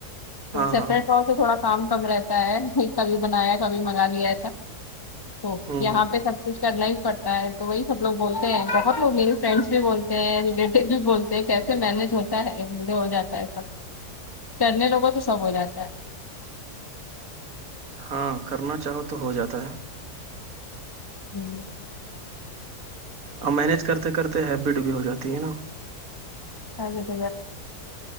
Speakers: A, on the left; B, on the right.
A: تو
B: ہاں
A: سیپریٹ
B: ہاں
A: اور سے تھوڑا کام کم رہتا ہے ب کبھی بنایا کبھی منگا لیا تھا ا
B: ہوں
A: یہاں
B: ہوں
A: پہ سب کچھ کرنا بھی پڑتا ہے تو وہی سب لوگ بولتے ہیں بتوگ میے فرینڈس بھی بولتے ہیں ریلیٹیو بھی بولتے کیسے مینج ہوتا ہے مجھے ہو جاتا ہے سب کرنے لوگوں تو سب ہو جاتا ہے
B: ہاں کرنا چاہو تو ہو جاتا ہے
A: ہوں
B: اور مینج کرتے کرتے ہیبٹ بھی ہو جاتی ہے نا
A: آ بپ